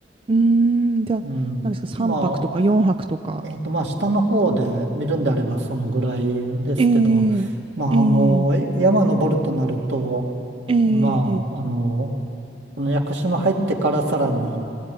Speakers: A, on the right; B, on the right.
A: うーん、じゃあ、
B: うん。
A: 何ですか、3泊とか4泊とか。
B: まあ、えーと、まあ、下の方で見るんであればそのぐらいですけど、
A: ええ、
B: まあ、
A: ええ、
B: あの、山登るとなると、
A: ええ、
B: まあ、あの、この屋久島入ってからさらに、